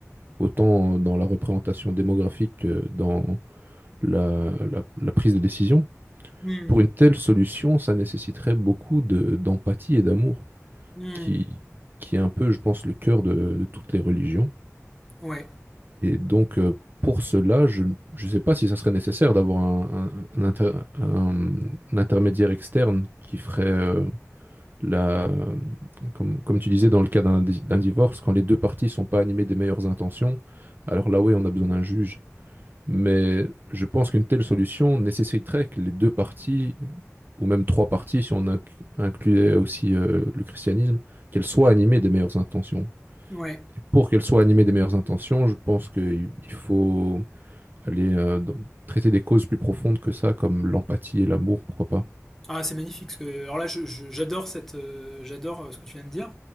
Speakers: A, on the right (about 40°); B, in the centre.
A: autant dans la représentation démographique que dans la la- la prise de décision,
B: Hmm,
A: Pour une telle solution, ça nécessiterait beaucoup de- d'empathie et d'amour,
B: hmm,
A: qui, qui est un peu, je pense, le cœur de, de toutes les religions.
B: Ouais,
A: Et donc, euh, pour cela, je ne je sais pas si ça serait nécessaire d'avoir un, un- un inter- un- un intermédiaire externe qui ferait euh, la, comme, comme tu disais dans le cas d'un di- d'un divorce, quand les deux parties sont pas animées des meilleures intentions, alors là, oui, on a besoin d'un juge mais je pense qu'une telle solution nécessiterait que les deux parties, ou même trois parties, si on inc- incluait aussi euh, le christianisme, qu'elles soient animées des meilleures intentions.
B: ouais.
A: Et pour qu'elles soient animées des meilleures intentions, je pense qu'il il faut aller euh, dans- traiter des causes plus profondes que ça, comme l'empathie et l'amour, pourquoi pas.
B: Ah, c'est magnifique. ce que... Alors là, je- je- j'adore cette, euh, j'adore euh, ce que tu viens de dire.